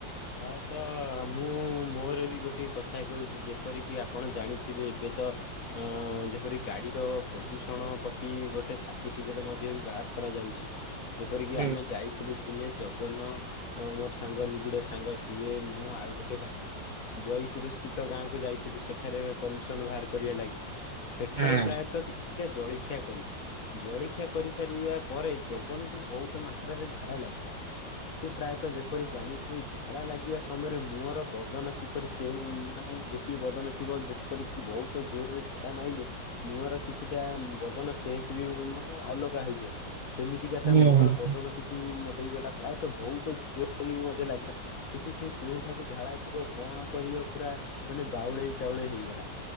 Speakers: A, on the left; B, on the right.
A: ପ୍ରାୟତଃ ମୁଁ ମୋର ବି ଗୋଟେ କଥା କୋହୁଚି, ଯେପରିକି ଆପଣ ଜାଣିଥିବେ ଏବେ ତ ଅଁ ଯେପରି ଗାଡିର ପ୍ରଦୂଷଣ ପ୍ରତି ଗୋଟେ ସାର୍ଟିଫିକେଟ୍ ମଧ୍ୟ ବି ବାହାର୍- କରାଯାଉଚି। ଯେପରିକି
B: ହୁଁ
A: ଆମେ ଯାଇଥିଲୁ ଦିନେ ଜଗନ ଆଉ ମୋର୍ ସାଙ୍ଗ ନିବିଡ଼ ସାଙ୍ଗ ସିଏ ମୁଁ ଆଉ ଗୋଟେ ଭାଇ। ଜୟପୁର ସ୍ଥିତ ଗାଁକୁ ଯାଇଥିଲୁ ସେଠାରେ ପଲ୍ୟୁସନ ବାହାର କରିବା ଲାଗି। ସେଠାରେ
B: ହୁଁ
A: ପ୍ରାୟତ ଦିଟା ଜଳିଖିଆ କଲୁ। ଜଳଖିଆ କରିସାରିବା ପରେ ଜଗନକୁ ବୋହୁତ ମାତ୍ରାରେ ଝାଡା ଲାଗିଲା। ପ୍ରାୟତ ଯେପରି ଜାଣିଚି ଝାଡ଼ା ଲାଗିବା ସମୟରେ ମୁହର ବଦନ କିପରି ଯେଉଁ ମାନେ ଗୋଟିଏ ବଦନ ଥିବ ଯେପରିକି ବୋହୁତ ଜୋରରେ ଝାଡା ମାଇଲେ ମୁହର କିଛିଟା ବଦନ ଚେଞ୍ଜ ବି ମାନେ ଅଲଗା ହେଇଯାଏ। ସେମିତିକା ତା
B: ହୁଁ
A: ମୁହଁର ବଦନ କିଛି ମ ହେଇଗଲା। ପ୍ରାୟତ ବୋହୁତ ଜୋରେ ବି ମଧ୍ୟ ଲାଗିଲା। ସେଠି ସେ କେଉଁଠାକୁ ଝାଡା ଯିବ କଣ କରିବ ପୁରା ମାନେ ବାଉଳେଇ ଚାଉଳେଇ ହେଇଗଲା।